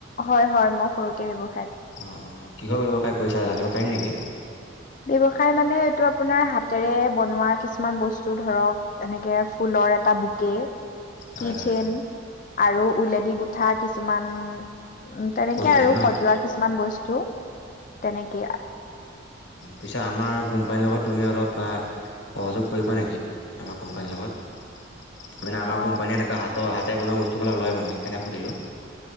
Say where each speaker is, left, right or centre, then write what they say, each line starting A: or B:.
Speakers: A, on the left; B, on the left.
A: হয় হয় মই সৰুকে ব্যৱস্থ
B: অঁ কিহৰ ব্যৱসায় কৰিছা জানিব পাৰিম নেকি
A: ব্যৱসায় মানে এইটো আপোনাৰ হাতেৰে বনোৱা কিছুমান বস্তু ধৰক এনেকে ফুলৰ এটা বুকে
B: হয়
A: কিথন
B: হয়
A: আৰু উলেদি গোঠা কিছুমান উম তেনেকে
B: সঁজুলি
A: আৰু
B: ন
A: সজোৱা কিছুমান বস্তু তেনেকেই
B: পিছে আমাৰ কোম্পানীৰ লগত তুমি অলপ সহযোগ কৰিবা নেকি আমাৰ কোম্পানীৰ লগত? মানে আমাৰ
A: অ
B: কোম্পানীয়ে এনেকুৱা হাতৰ হাতে বনোৱা বস্তুবিলাক লয় মানে সেইকাৰণে সুধিলোঁ।